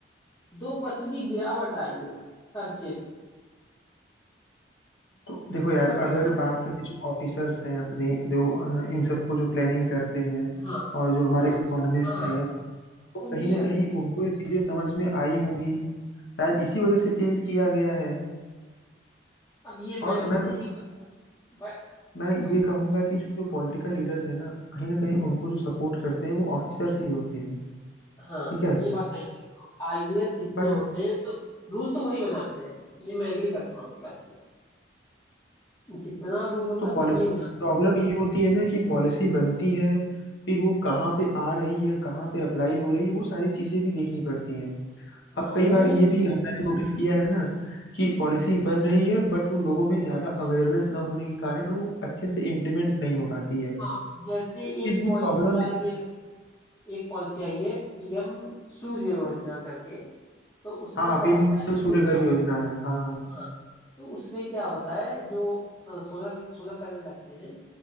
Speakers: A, on the left; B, on the left.
A: दो परसेंट की गिरावट आई है खर्चे पे
B: तो देखो यार
A: समझ रहे
B: अगर
A: हो
B: बात करें जो ऑफिसर्स हैं अपने जो अ, इन सबको जो प्लानिंग करते हैं
A: हाँ
B: और जो हमारे
A: हाँ हाँ
B: इकोनॉमिस्ट
A: हाँ हाँ
B: हैं तो
A: उनकी
B: कहीं ना
A: गलती
B: कहीं उनको ये चीजें समझ में आई होंगी शायद इसी वजह से चेंज किया गया है
A: अब ये मेरे
B: और
A: को
B: मैं तो
A: नहीं पता बट
B: मैं ये कहूंगा कि जो पॉलिटिकल लीडर्स हैं ना कहीं ना कहीं उनको जो सपोर्ट करते हैं वो ऑफिसर्स ही होते हैं
A: हाँ
B: ठीक है
A: ये बात सही कह रहा हूँ आईएएस जितने
B: बट
A: होते हैं सब रूल तो वही बनाते हैं ये मैं एग्री करता हूँ आपकी बात से जितना रूल होता
B: तो
A: है
B: पॉलिसी
A: सब वही बनाते
B: प्रॉब्लम ये होती है ना कि पॉलिसी बनती है फिर वो कहाँ पे आ रही है कहाँ पे अप्लाई हो रही है वो सारी चीजें भी देखनी पड़ती हैं
A: हैं
B: अब
A: हाँ
B: कई
A: वो
B: बार ये भी हमने नोटिस किया है ना कि पॉलिसी बन रही है बट वो लोगों में ज्यादा अवेयरनेस ना होने के कारण वो अच्छे से इम्प्लीमेंट नहीं हो पाती है
A: हाँ जैसे एक
B: इसमें
A: पॉलिसी
B: प्रॉब्लम
A: आई है एक पॉलिसी आई है पीएम सूर्य योजना करके तो उसमें
B: हाँ हाँ
A: क्या
B: पीएम
A: होता है जो
B: सूर्य घर हाँ योजना है हाँ हाँ
A: हाँ तो उसमें क्या होता है जो सोलर सोलर पैनल लगते हैं